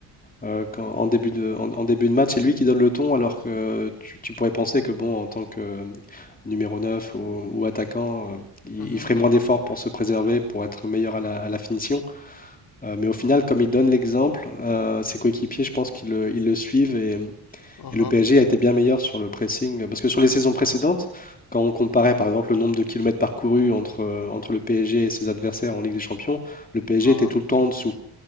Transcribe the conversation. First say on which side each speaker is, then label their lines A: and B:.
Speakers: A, on the left; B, on the left.
A: euh, quand- en début de, en, en début de match. C'est lui qui donne le ton, alors que tu, tu pourrais penser que, bon, en tant que euh, numéro 9 ou, ou attaquant, euh, il,
B: Mhm,
A: il ferait moins d'efforts pour se préserver, pour être meilleur à la, à la finition. Euh, mais au final, comme il donne l'exemple, euh, ses coéquipiers, je pense qu'ils le, ils le suivent et,
B: mhm,
A: et le PSG a été bien meilleur sur le pressing. euh, Parce que sur les saisons précédentes, quand on comparait par exemple le nombre de kilomètres parcourus entre, euh, entre le PSG et ses adversaires en Ligue des Champions, le PSG
B: mhm.
A: était tout le temps en dessous.